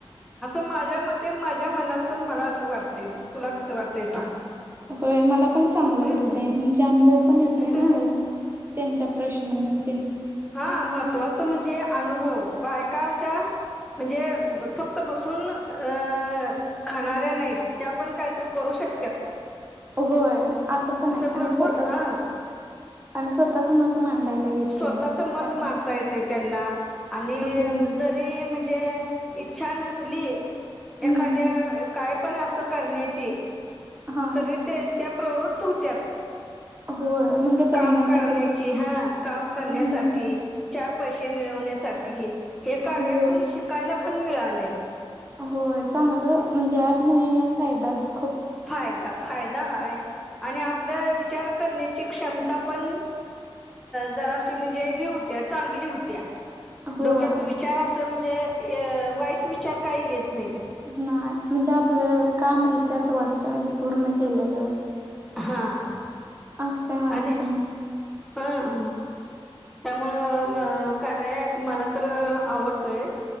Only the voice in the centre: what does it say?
माझ्यां मते माझ्यां मनांला तरं मलां असं वाटतंय तुलां कसं वाटतंय सांग
हम्म
हम्म
हां महत्त्वाचं म्हणजे अनुभव बायकां अशा म्हणजे फक्तं बसं हो अं खणांऱ्या नाहीं त्यां आपणं कांहींतरं करूं शकतां
भरपूर
हां
स्वंतःचं मतं
मांडता येते त्यांना आणि
जरी म्हणजे इच्छां नसली
एखाद्यां कायं पणं असं असं करण्यांची
तरी त्यां प्रवृत होत्यां
कामं करण्यांची हं कामं करण्यांसाठी
चार पैसे मिळवण्यांसाठी हे कार्यातूंन
शि शिकायंला पणं मिळालंय आहे
फायदां फायदां हांय आणि आपल्यां विचारं करण्यांची क्षमतां पणं जरां म्हणजे हे होत्यां चांगली होत्यां
डोक्यांत विचारं असं म्हणजे वाईट विचारं कांहीं येतं नाहींत
हां
आणि हां त्यामुळं कार्यायाप मलां तरं आवडतोय